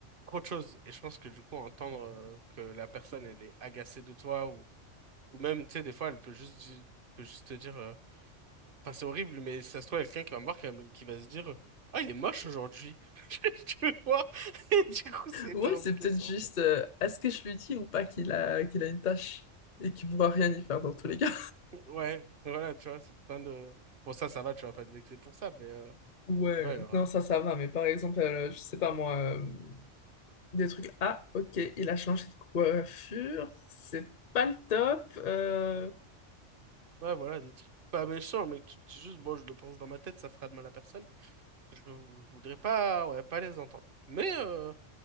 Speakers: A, on the right; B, on the left.
A: autre chose. Et je pense que du coup, entendre euh, que la personne, elle est agacée de toi, ou, ou même, tu sais, des fois, elle peut juste, di- peut juste te dire, euh, enfin, c'est horrible, mais si ça se trouve, il y a quelqu'un qui va me voir, qui va, me- qui va se dire, ah, il est moche aujourd'hui. <laughs> Tu vois? Et du coup, c'est hyper
B: Ouais, c'est
A: blessant.
B: peut-être juste, euh, est-ce que je lui dis ou pas qu'il a, qu'il a une tâche et qu'il pourra rien y faire dans tous les cas.
A: Ouais, voilà, tu vois, c'est plein de. Bon, ça, ça va, tu vas pas te vexer pour ça, mais euh,
B: Ouais,
A: ouais, genre,
B: non,
A: euh,
B: ça, ça va, mais par exemple, euh, je sais pas moi, euh, des trucs, ah, ok, il a changé de coiffure, c'est pas le top, euh,
A: ouais, voilà, des trucs pas méchants, mais que tu te dis juste, bon, je le pense dans ma tête, ça fera de mal à personne. Je, je voudrais pas, ouais, pas les entendre. Mais, euh,